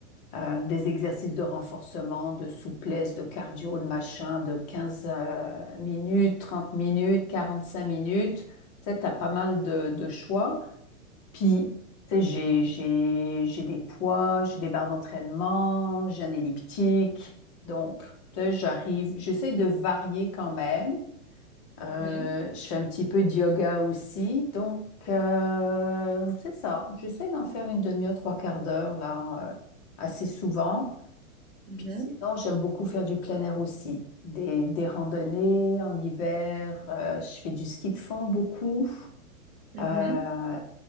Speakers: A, on the left; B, on the right.
A: euh, des exercices de renforcement, de souplesse, de cardio, de machin, de 15 euh, minutes, 30 minutes, 45 minutes. Tu sais, tu as pas mal de, de choix. Puis, tu sais, j'ai, j'ai, j'ai des poids, j'ai des barres d'entraînement, j'ai un elliptique. Donc, tu sais, j'arrive, j'essaie de varier quand même. Euh,
B: Mhm,
A: je fais un petit peu de yoga aussi. Donc, euh, c'est ça. J'essaie d'en faire une demi-heure, trois quarts d'heure, là, euh, assez souvent.
B: mhm,
A: Puis sinon, j'aime beaucoup faire du plein air aussi. Des, des randonnées en hiver. euh, je fais du ski de fond beaucoup.
B: mhm.
A: Euh,